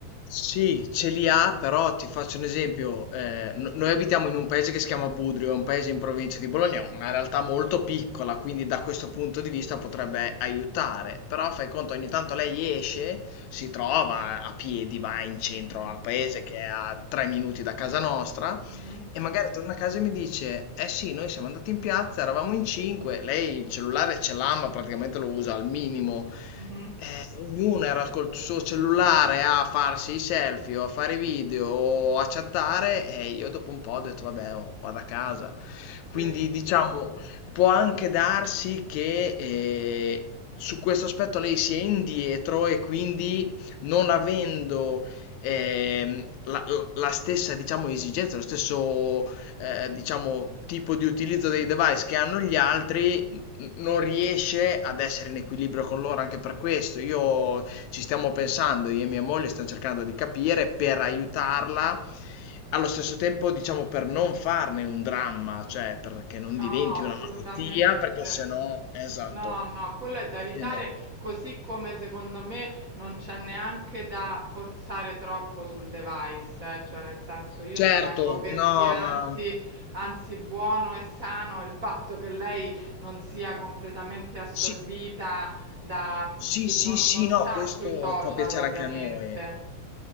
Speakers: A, on the left; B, on the right.
A: Sì, ce li ha, però ti faccio un esempio. eh, no- noi abitiamo in un paese che si chiama Budrio, è un paese in provincia di Bologna, una realtà molto piccola, quindi da questo punto di vista potrebbe aiutare. Però fai conto, ogni tanto lei esce, si trova a piedi, va in centro
B: Mhm,
A: al paese che è a tre minuti da casa nostra,
B: mhm,
A: e magari torna a casa e mi dice: Eh sì, noi siamo andati in piazza, eravamo in cinque, lei il cellulare ce l'ha, ma praticamente lo usa al minimo.
B: mhm.
A: Eh, ognuno era col suo cellulare a farsi i selfie o a fare i video o a chattare e io dopo un po' ho detto vabbè, oh, vado a casa.
B: Sì,
A: Quindi diciamo, può anche darsi che eh, su questo aspetto lei sia indietro e quindi non avendo ehm, la, la- la stessa, diciamo, esigenza, lo stesso, eh, diciamo, tipo di utilizzo dei device che hanno gli altri, n- non riesce ad essere in equilibrio con loro anche per questo. Io ci stiamo pensando, io e mia moglie stiamo cercando di capire per aiutarla. Allo stesso tempo, diciamo, per non farne un dramma, cioè perché non
B: no,
A: diventi
B: assolutamente.
A: una malattia, perché se no, esatto,
B: No, no, quello è da evitare,
A: se no.
B: così come secondo me non c'è neanche da forzare troppo sul device, eh, Cioè nel senso io
A: Certo,
B: ritengo che
A: no,
B: sia anzi,
A: ma
B: anzi buono e sano il fatto che lei non sia completamente assorbita
A: sì,
B: da,
A: sì, sì,
B: no-
A: sì,
B: non sta
A: no, questo
B: sui social
A: fa piacere
B: ovviamente.
A: anche a noi.